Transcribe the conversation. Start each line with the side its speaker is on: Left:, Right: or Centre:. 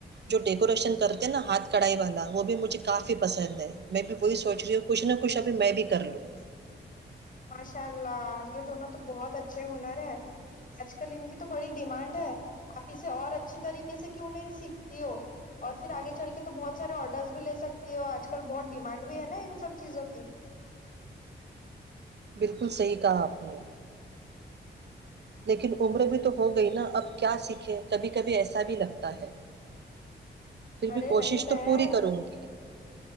Right: جو ڈیکوریشن کرتے نا ہاتھ کڑھائی والا وہ بھی مجھے کافی پسند ہے میں بھی وہی سوچ رہی ہوں کچھ نہ کچھ ابھی میں بھی کر لوں
Left: ماشاء اللہ یہ دونوں تو بہت اچھے ہنر ہے آج کل ان کی تو بڑی ڈیمانڈ ہے آپ اسے اور اچھی طریقے سے کہ انہیں سیکھتی ہو اور پھر آگے چل کے تو بہت سارے آڈرس بھی لے سکتی ہو آج کل بہت ڈیمانڈ بھی ہے نا ان سب چیزوں کی
Right: بالکل صحیح کہا آپ نے لیکن عمر بھی تو ہو گئی نا اب کیا سیکھے کبھی کبھی ایسا بھی لگتا ہے پھر
Left: ارے
Right: بھی کوشش
Left: نہیں بہن
Right: تو پوری کروں گی